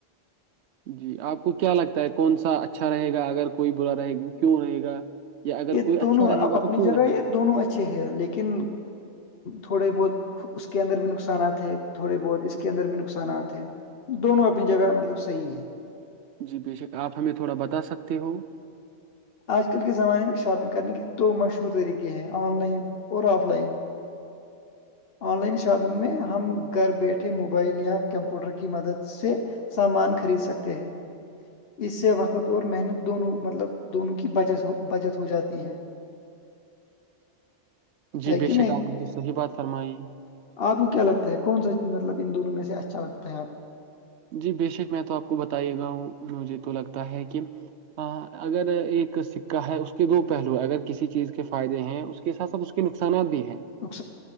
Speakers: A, on the right; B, on the left.
A: جی آپ کو کیا لگتا ہے کون سا اچھا رہے گا اگر کوئی برا رہے گا کیوں رہے گا یا اگر
B: یہ
A: کوئی اچھا
B: دونوں
A: رہے
B: ا
A: گا
B: اپنی
A: تو کیوں
B: جگہ
A: رہے
B: یہ
A: گا
B: دونوں اچھے ہیں لیکن تھوڑے بہت اس کے اندر بھی نقصانات ہے تھوڑے بہت اس کے اندر بھی نقصانات ہیں دونوں اپنی جگہ
A: جی
B: مطلب صحی ہے
A: جی بے شک آپ ہمیں تھوڑا بتا سکتے ہو
B: آج کل کے زمانے میں شاپنگ کرنے کے دو مشہور طریقے ہیں آن لائن اور offline online shopping میں ہم گھر بیٹھے موبائل یا کمپیوٹر کی مدد سے سامان خرید سکتے ہیں اس سے وقت اور محنت دونوں مطلب دونوں کی بچ بچت ہو جاتی ہے
A: <inaudible> جی
B: ہے
A: بے
B: کہ
A: شک
B: نہیں
A: آپ نے تو صحیح بات فرمائی
B: آپ کو کیا لگتا ہے کون سا مطلب ان دونوں میں سے اچھا لگتا ہے آپ کو
A: جی بےشک میں تو آپ کو بتے گا ہوں مجھے تو لگتا ہے کہ ہاں اگر ایک سکہ ہے اس کے دو پہلو اگر کسی چیز کے فائدے ہیں کے ساتھ ساتھ اس کے نقصانات بھی ہیں
B: اک